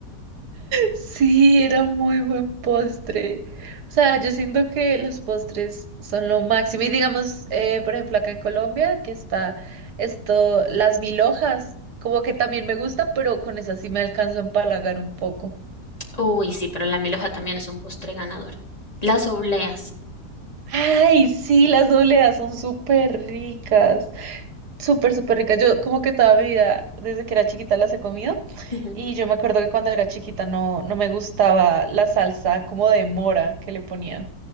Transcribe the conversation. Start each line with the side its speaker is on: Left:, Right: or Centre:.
Right: sí, era muy buen postre. O sea, yo siento que los postres son lo máximo. Y digamos, eh, por ejemplo, acá en Colombia, que está esto, las mil hojas, como que también me gusta, pero con esas sí me alcanzo a empalagar un poco.
Left: Uy, sí, pero la milhoja también es un postre ganador. Las obleas.
Right: Ay, sí, las dobleas son súper ricas, súper, súper ricas. Yo como que toda mi vida, desde que era chiquita, las he comido
Left: Ujú.
Right: y yo me acuerdo que cuando era chiquita no, no me gustaba la salsa como de mora que le ponían,